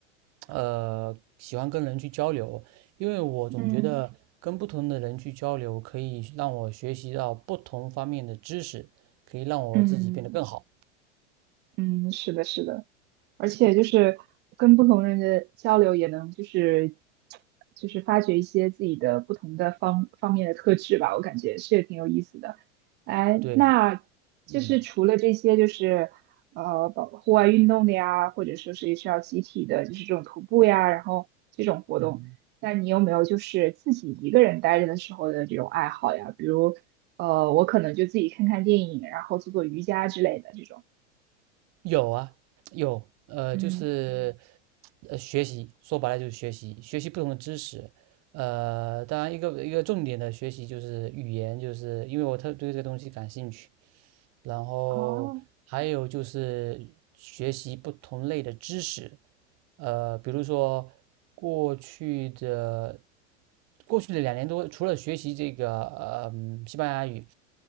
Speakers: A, on the right; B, on the right.
A: 呃喜欢跟人去交流，因为我总觉得跟不同的人去交流可以让我学习到不同方面的知识，
B: 嗯
A: 可以让我自己变得更好。
B: 嗯嗯，是的，是的。而且就是跟不同人的交流，也能就是就是发掘一些自己的不同的方方面的特质吧，我感觉是挺有意思的。哎，
A: 对，
B: 那就是除了这些，
A: 嗯。
B: 就是呃，包户外运动的呀，或者说是需要集体的，就是这种徒步呀，然后这种活动，
A: 嗯，
B: 那你有没有就是自己一个人待着的时候的这种爱好呀？比如呃，我可能就自己看看电影，然后做做瑜伽之类的这种。
A: 有啊，有，呃，
B: 嗯
A: 就是呃，学习，说白了就是学习，学习不同的知识，呃，当然一个一个重点的学习就是语言，就是因为我特对这个东西感兴趣，然后还有就是学习不同类的知识，
B: 哦，
A: 呃，比如说过去的过去的两年多，除了学习这个呃嗯西班牙语，